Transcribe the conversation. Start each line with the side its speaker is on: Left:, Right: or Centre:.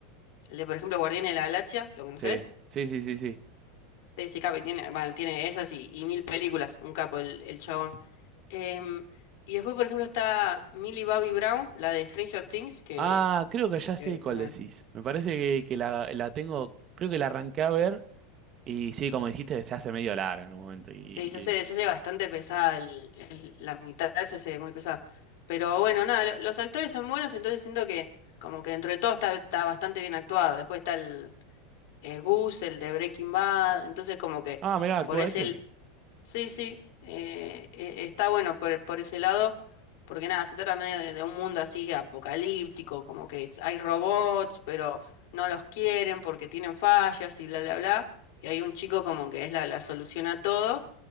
Left: el de, por ejemplo, Guardián de la Galaxia, ¿lo conoces?
Right: Sí, sí, sí, sí, sí.
Left: Ese capo, y tiene, bueno, tiene esas y, y mil películas, un capo el, el chabón. Em, y después, por ejemplo, está Millie Bobby Brown, la de Stranger Things, que,
Right: Ah, creo que ya
Left: que
Right: sé
Left: también...
Right: cuál decís. Me parece que, que la, la tengo, creo que la arranqué a ver y sí, como dijiste, se hace medio larga en un momento. Y,
Left: Sí, se
Right: y-
Left: hace, se hace bastante pesada el- el- la mitad, se hace muy pesada. Pero bueno, nada, lo- los actores son buenos, entonces siento que como que dentro de todo está, está bastante bien actuado. Después está el eh, Gus, el de Breaking Bad, entonces como que
Right: Ah, mirá, actúa
Left: por ese
Right: ese.
Left: Sí, sí, eh, e- está bueno por, por ese lado, porque nada, se trata medio de, de un mundo así apocalíptico, como que es- hay robots, pero no los quieren porque tienen fallas y bla, bla, bla, y hay un chico como que es la, la solución a todo,